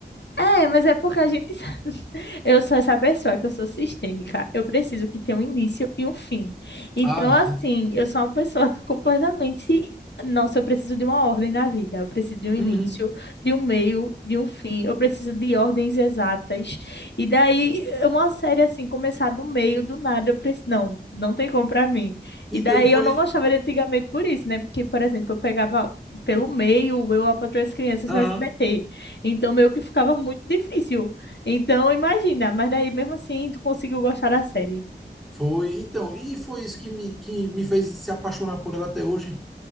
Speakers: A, on the left; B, in the centre.
A: É, mas é porque a gente. <laughs> Eu sou essa pessoa que eu sou sistêmica. Eu preciso que tenha um início e um fim. Então,
B: Ah, não.
A: assim, eu sou uma pessoa <laughs> que completamente. Nossa, eu preciso de uma ordem na vida. Eu preciso de um início,
B: Uhum.
A: de um meio, de um fim. Eu preciso de ordens exatas. E daí, uma série assim, começar do meio, do nada, eu preciso. Não, não tem como pra mim.
B: Então,
A: E daí,
B: e foi.
A: eu não gostava de antigamente por isso, né? Porque, por exemplo, eu pegava pelo meio, eu, a Patroa e as Crianças
B: Aham.
A: no SBT. Então, meio que ficava muito difícil. Então, imagina, mas daí mesmo assim tu conseguiu gostar da série.
B: Foi, então, e foi isso que me, que me fez se apaixonar por ela até hoje.